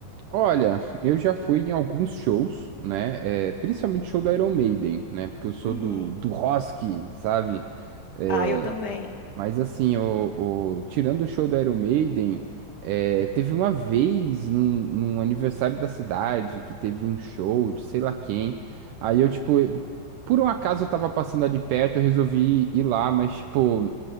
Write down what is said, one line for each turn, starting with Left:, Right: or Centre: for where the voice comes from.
Right: Olha, eu já fui em alguns shows, né? É, principalmente show do Iron Maiden, né? Porque eu sou
Left: Uhum.
Right: do, do rock, sabe? É,
Left: Ah, eu também.
Right: Mas assim, o, o- tirando o show do Iron Maiden, é, teve uma vez num, num aniversário da cidade que teve um show de sei lá quem. Aí eu, tipo, eu- por um acaso eu tava passando ali perto, eu resolvi ir lá, mas, tipo,